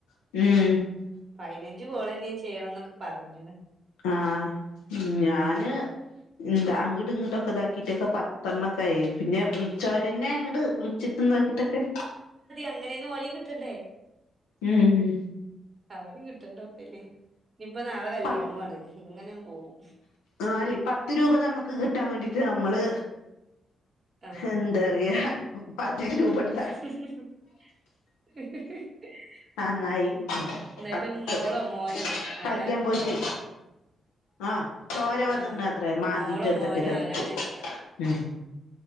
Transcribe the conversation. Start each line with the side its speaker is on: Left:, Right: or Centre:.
Left: <unintelligible>
Right: പതിനഞ്ച് കോളന്നെയ ചെയ്യണം എന്നൊക്കെ പറഞ്ഞന്ന്
Left: ആ മം ഞാന് എന്താ അങ്ങിട്ട് ഇങ്ങോട്ടൊക്കെ ഇതാക്കിട്ടൊക്കെ പത്തെണ്ണ ക്കെ ആയി പിന്നെ വിളി ചോരനെ അങ്ങട്ട് വിളിച്ചിട്ട് നോക്കിട്ടൊക്കെ
Right: അങ്ങനെയന് ഓലി കിട്ടണ്ടേ
Left: ഉം ഉം
Right: ആര കിട്ടണ്ടപ്പെനി യിപ്പ നാളെ കല്യാണണ്
Left: പ
Right: ഇങ്ങനെയാണ് പോകും
Left: ആ അല്ലെ പത്ത് രൂപ നമുക്ക് കിട്ടാൻ വേണ്ടീട്ട് നമ്മള്
Right: ആഹ്
Left: എന്താറിയ പത്ത് രൂപട്
Right: <unintelligible>
Left: ആ നന്നായി
Right: ഉം എന്നിട്ട്
Left: പത്ത്
Right: മോളോ മോനോ
Left: കളിക്കാൻ
Right: ആരാ
Left: പോയിട്ട് ആ ചോര വന്നിന്ന
Right: ആഹ്
Left: അത്ര മാന്തിട്ട്
Right: മോളോ
Left: എന്തൊക്കെ
Right: മോനോ
Left: തയ്
Right: ആരാണോയ്ച്ച
Left: റ്റ് ഉം